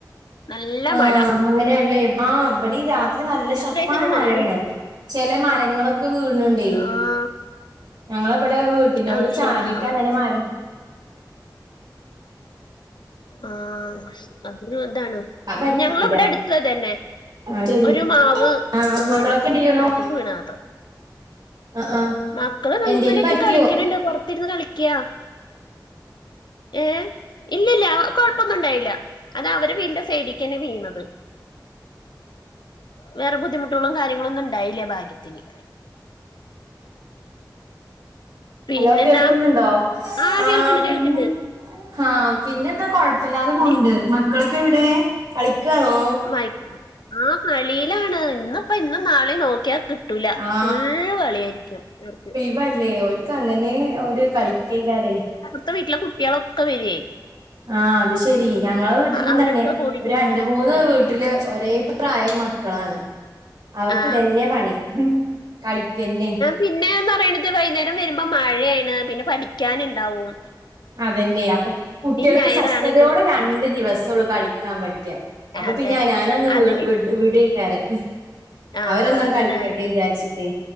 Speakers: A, on the left (about 75°); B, on the right (about 70°).
A: നല്ല
B: ആഹ്
A: മഴ.
B: അങ്ങനെയല്ലേ ആഹ് ഇവടീ രാ ത്രി നല്ല
A: രാത്രിയൊക്കെ
B: ശക്തമായ
A: ഞാൻ
B: മഴേണ്.
A: നല്ല മഴയാണ്
B: ചെലെ മരേങ്ങളൊക്കെ വീണിണ്ട്യേ.
A: ആഹ്
B: ഞങ്ങളെ ബടെ വീട്ട്നോട്
A: അയ്
B: ചാരിട്ടാങ്ങനെ
A: ശരി ആഹ്
B: മര
A: ആഹ് അതിനും ഇതാണ്, ഉം
B: പറ്റീല്ല
A: ഞങ്ങളെവ്ടെ അടുത്തൂ അതന്നെ.
B: ആഹ് ശരി
A: ഒരു മാവ്
B: ആഹ്
A: വീണ്,
B: മക്കളൊക്കെ എന്ത് ചെയ്യണു
A: കാറ്റത്ത് വീണതാത്ത്രേ.
B: ആഹ് ആഹ്
A: മക്കള്ങ്ങനെ
B: എന്തേലും
A: ഇര്ന്ന്
B: പറ്റിയോ
A: കളി ക്കണ്‌ണ്ട് പൊറത്തിര്ന്ന് കളിക്ക്യാ. ഏഹ് ഇല്ല്യല്ല്യാ ആ കൊഴപ്പൊന്നുണ്ടായില്ല. അതവരെ വീടിന്റെ സൈഡീക്കെന്നെ വീണത്. വേറെ ബുദ്ധിമുട്ടോളും കാര്യങ്ങളൊന്നുണ്ടായില്ല്യ ഭാഗ്യത്തിന്. പിന്നെന്താ
B: ഹലോ കേൾക്കുന്നുണ്ടോ?
A: ആ
B: ആഹ്
A: കേൾക്കണ്ട്
B: പിന്നെ
A: കേൾക്കണ്ട്
B: ആഹ് പിന്നെന്താ കൊഴപ്പില്ലാതെ പോണണ്ട്.
A: നീ
B: മക്കളൊക്കെ എവടേ കളിക്കാണോ?
A: മയ്ക്ക ആഹ് കളീലാണ് ഇന്ന്പ്പോ ഇന്നും നാളീം നോക്ക്യാ കിട്ട ട്ടൂല
B: ആ
A: ഫുള്ള് കള്യായിരിക്കും ഓർക്ക്.
B: മ്പല്ലേ ഓര്ക്ക് അങ്ങനേ ഓര് കളിക്കേക്കാരേ.
A: ത്ത വീട്ട്ലെ കുട്ട്യേളൊക്കെ വര്വേയ്.
B: ആഹ് അത് ശെരി. ഞങ്ങളെ വീട്ട്ലും
A: അവരൊക്കെ
B: തന്നേ,
A: കൂടിയിട്ട്
B: ഒര് രണ്ട്
A: ഇങ്ങനെ
B: മൂന്ന്
A: കളി
B: വീട്ട്ല് ഒരേ പ്രാ പ്രായം മക്കളാണ്. അവര്ക്കു
A: ആ
B: ഇതന്നെ പണി, കളിക്കന്നെ.
A: പിന്നേന്നറയ്ണത് വൈയ്ന്നേരം വരുമ്പൊ മഴേണ് പിന്ന പഠിക്കാന്ണ്ടാവും.
B: അതെന്നെ അപ്പൊ കുട്ട്യേൾക്ക്
A: ഞായറാണ്
B: സ്വസ്ഥതയോടെ
A: ഇവര്
B: രണ്ട്
A: ഇല്ല
B: ദിവസൊള്ളു കളിക്കാൻ പറ്റ. അപ്പൊ
A: അതെ
B: പിന്നെ ഞാനങ്ങ്
A: അതില്
B: വിട് വിടേക്കാരം.
A: ആ
B: അവരൊന്നണ് കളിക്കട്ടെ
A: അതന്നെ
B: വിചാര്ച്ച്ട്ടേ